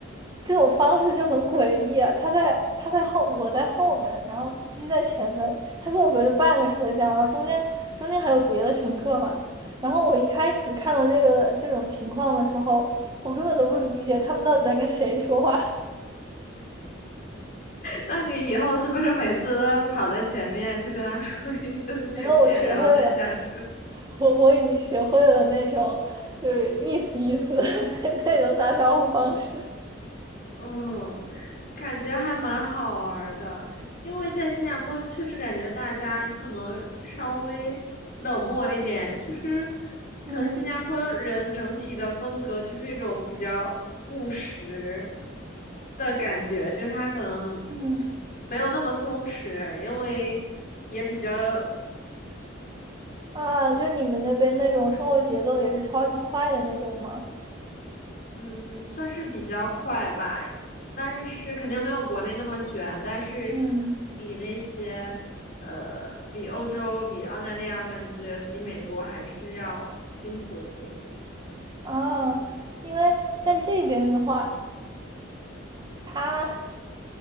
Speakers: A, on the right; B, on the left.
A: 这种方式就很诡异啊。他在他在后，我在后门，然后司机在前门，他跟我隔着半个车厢，然后中间中间还有别的乘客嘛。然后我一开始看到这个这种情况的时候，我根本都不理解他们到底在跟谁说话。<laughs>
B: 那你以后是不是每次都要跑在前面去跟他说一声再见，
A: 然后我学会了，
B: 然后再下车？
A: 我我已经学会了那种就是意思意思的 <laughs> 那种打招呼方式。
B: 嗯，感觉还蛮好玩儿的，因为在新加坡确实感觉大家可能稍微冷漠一点，就是可能新加坡人整体的风格就是一种比较务实
A: 嗯
B: 的感觉，就是他可能
A: 嗯。
B: 没有那么松弛，因为也比较。
A: 啊，就你们那边那种生活节奏也是超级快的那种吗？
B: 嗯，算是比较快吧，但是肯定没有国内那么卷，但是
A: 嗯，
B: 比那些呃，比欧洲、比澳大利亚，我感觉比美国还是要辛苦一点。
A: 啊，因为但这边的话，它